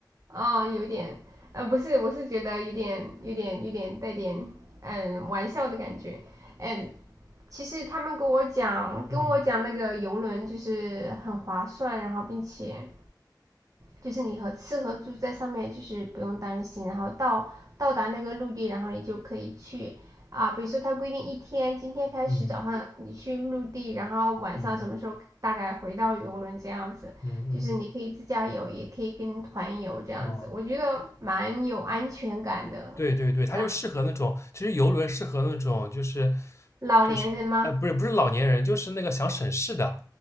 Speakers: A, on the right; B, on the left.
A: 哦，有点，呃，不是，我是觉得有点、有点、有点带点，嗯，玩笑的感觉。嗯，其实他们跟我讲，跟我讲那个游轮就是很划算，
B: 嗯
A: 然后并且就是你和吃和住在上面就是不用担心，然后到到达那个陆地，然后你就可以去啊，比如说它规定一天，今天开始早上你去陆地，
B: 嗯
A: 然后晚上什么时候大概回到游轮这样子，
B: 嗯嗯嗯嗯，
A: 就是你可以自驾游，也可以跟团游这样子，
B: 哦。
A: 我觉得蛮有安全感的。
B: 对对对，它就适合那种，
A: 是啊
B: 其实游轮适合那种就是
A: 老年人吗？
B: 就是，呃，不是不是老年人，就是那个想省事的，